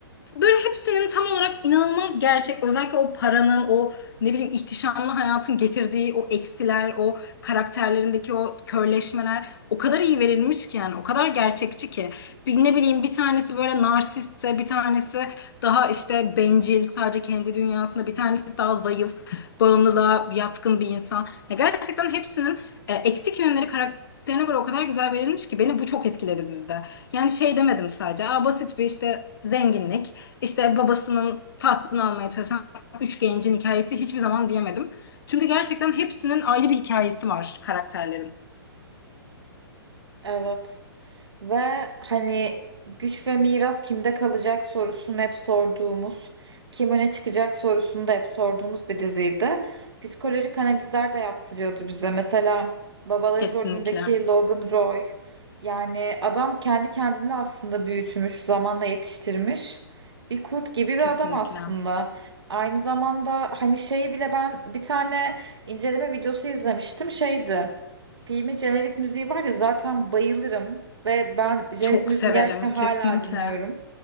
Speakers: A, on the left (about 60°); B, on the right (about 80°).
A: böyle hepsinin tam olarak inanılmaz gerçek. Özellikle o paranın, o ne bileyim ihtişamlı hayatın getirdiği o eksiler, o karakterlerindeki o körleşmeler o kadar iyi verilmiş ki yani o kadar gerçekçi ki. Bir, ne bileyim bir tanesi böyle narsistse, bir tanesi daha işte bencil, sadece kendi dünyasında, bir tanesi daha zayıf, bağımlılığa yatkın bir insan. Ya gerçekten hepsinin e, eksik yönleri karakterine göre o kadar güzel verilmiş ki beni bu çok etkiledi dizide. Yani şey demedim sadece. Aa, basit bir işte zenginlik. İşte babasının tahtını almaya çalışan üç gencin hikayesi hiçbir zaman diyemedim. Çünkü gerçekten hepsinin ayrı bir hikayesi var karakterlerin.
B: Evet. Ve hani güç ve miras kimde kalacak sorusunu hep sorduğumuz, kim öne çıkacak sorusunu da hep sorduğumuz bir diziydi. Psikolojik analizler de yaptırıyordu bize. Mesela babaları
A: Kesinlikle.
B: rolündeki Logan Roy. Yani adam kendi kendini aslında büyütmüş, zamanla yetiştirmiş. Bir kurt gibi bir
A: Kesinlikle.
B: adam aslında. Aynı zamanda hani şeyi bile ben bir tane inceleme videosu izlemiştim şeydi. Filmin jenerik müziği var ya zaten bayılırım ve ben jenerik
A: Çok
B: müziği
A: severim.
B: gerçekten hala
A: Kesinlikle.
B: dinliyorum.